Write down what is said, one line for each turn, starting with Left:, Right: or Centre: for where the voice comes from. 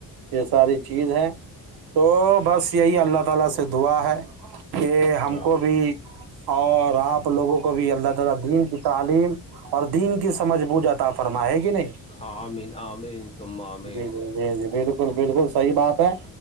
Right: یہ ساری <unintelligible> <unintelligible>
Left: ہاں ہاں آمین آمین ثم آمین
Right: بالل بالکل صحیح بات ہے